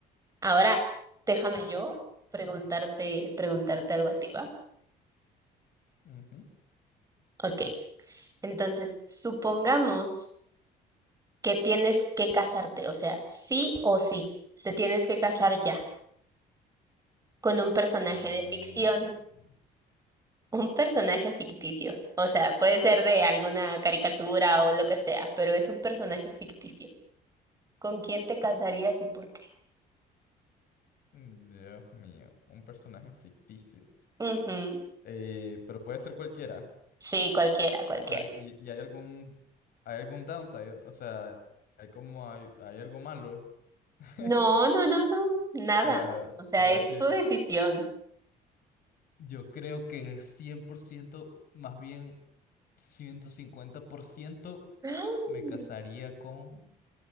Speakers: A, on the right; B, on the left.
A: Ahora déjame yo preguntarte, preguntarte algo a ti, ¿va?
B: Ujú.
A: Ok. Entonces, supongamos que tienes que casarte, o sea, sí o sí, te tienes que casar ya con un personaje
B: Mm,
A: de ficción, un personaje ficticio. O sea, puede ser de alguna caricatura o lo que sea, pero es un personaje ficticio. ¿Con quién te casarías y por qué?
B: Dios mío, un personaje ficticio.
A: Ujú,
B: Eh, pero puede ser cualquiera.
A: Sí, cualquiera, cualquiera.
B: O sea, y, y hay algún, hay algún downside, o sea, hay como, hay, hay algo malo. <laughs>
A: No, no, no, no, nada.
B: O sea,
A: O sea,
B: por
A: es
B: decir,
A: tu
B: si,
A: decisión.
B: Yo creo que cien por ciento más bien ciento cincuenta por ciento
A: <gasps>
B: me casaría con